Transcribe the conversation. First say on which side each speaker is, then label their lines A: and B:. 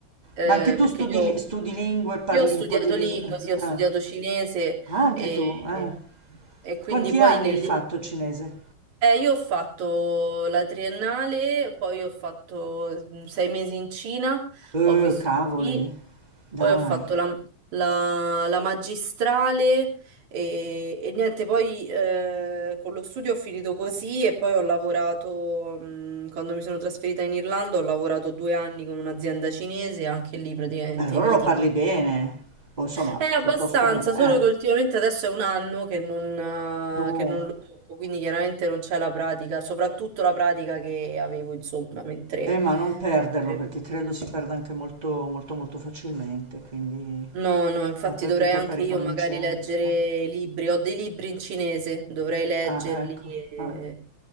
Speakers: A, on the right; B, on the right.
A: eh,
B: Ma anche tu
A: perché
B: studi,
A: io,
B: li- studi lingue, parli
A: io ho studiato
B: un po' di lingue.
A: lingua,
B: eh.
A: sì, ho studiato
B: Ah,
A: cinese
B: Ah, anche
A: e,
B: tu, eh.
A: e- e quindi
B: Quanti
A: poi
B: anni
A: negli,
B: hai fatto cinese?
A: eh, io ho fatto la triennale, poi ho fatto mm, sei mesi in Cina,
B: Eh,
A: ho vissuto
B: cavoli,
A: lì,
B: dai.
A: poi ho fatto la, la- la magistrale e, e niente, poi eh, con lo studio ho finito così e poi ho lavorato, mm, quando mi sono trasferita in Irlanda, ho lavorato due anni con un'azienda cinese, anche lì praticamente
B: E Allora
A: i meeting.
B: lo parli bene, o insomma,
A: È abbastanza,
B: piuttosto bene.
A: solo
B: Eh,
A: che ultimamente adesso è un anno che non,
B: no,
A: eh, che non lo tocco, quindi chiaramente non c'è la pratica, soprattutto la pratica che avevo, insomma, mentre...
B: eh, ma non perderlo
A: mentre-
B: perché credo si perda anche molto, molto, molto facilmente, quindi...
A: No, no, infatti
B: Ah, poi
A: dovrei
B: ti tocca
A: anche
B: ricominciare.
A: io magari leggere
B: eh.
A: libri, ho dei libri in cinese, dovrei leggerli
B: Ah, ecco.
A: e,
B: ah.